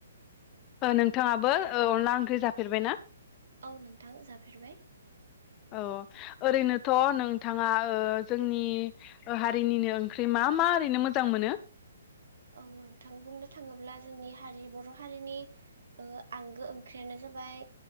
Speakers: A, on the left; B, on the right.
A: ओ नोंथाङाबो ओ अनला ओंख्रि जाफेरबायना?
B: औ नोंथां जाफेरबाय
A: औ ओरैनोथ' नोंथाङा ओ जोंनि ओ हारिनिनो ओंख्रि मा मा ओरैनो मोजां मोनो?
B: औ नोंथां बुंनो थाङोब्ला जोंनि हारि बर' हारिनि ओ आंगो ओंख्रियानो जाबाय